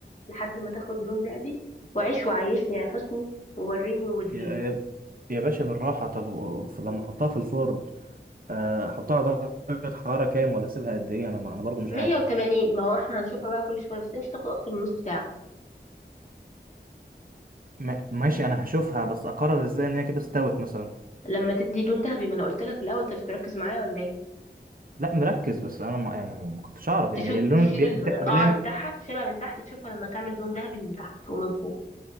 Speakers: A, on the left (about 40°); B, on the right (about 50°).
A: لحد ما تاخد لون دهبي وعيش وعيشني يا حسني ووريني ووديني
B: يا يا يا باشا بالراحه طب و- ف- لما احطها في الفرن آه، احطها على درجه حراره كام ولا اسيبها قد ايه انا ما- انا برضو مش
A: مية
B: عارف
A: وتمانين ما هو احنا هنشوفها بقى كل شوية بس هي مش هتاخد أكتر من نص ساعة
B: ما- ماشي انا هشوفها بس اقرر ازاي ان هي كده استوت مثلا
A: لما تدي لون دهبي ما أنا قلت لك في الأول أنت مش مركز معايا ولا إيه
B: لا مركز بس انا ما يعني ما كنتش اعرف
A: تشو...
B: يعني اللون
A: تشيل
B: بي-
A: القعر
B: بتا- بلام
A: بتاعها تشيلها من تحت تشوفها لما تعمل لون دهبي من تحت ومن فوق